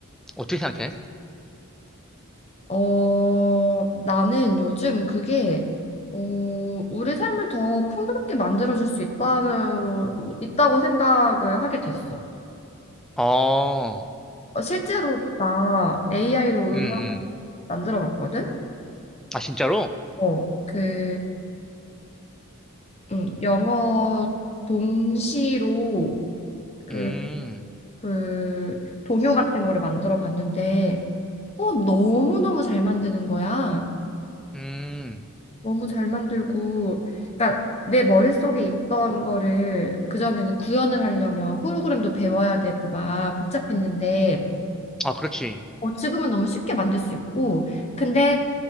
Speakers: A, in the centre; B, on the left.
A: 어떻게 생각해?
B: 어, 나는 요즘 그게, 어, 우리 삶을 더 풍요롭게 만들어줄 수 있다는, 있다고 생각을 하게 됐어.
A: 어,
B: 어, 실제로 나 AI로
A: 음,
B: 음악
A: 음.
B: 만들어 봤거든?
A: 아, 진짜로?
B: 어, 그, 음, 영어 동시로 그
A: 음,
B: 그 동요 같은 거를 만들어 봤는데 어 너무너무 잘 만드는 거야.
A: 음.
B: 너무 잘 만들고 그러니까 내 머릿속에 있던 거를 그전에는 구현을 하려면 프로그램도 배워야 되고 막 복잡했는데
A: 아, 그렇지.
B: 어 지금은 너무 쉽게 만들 수 있고 근데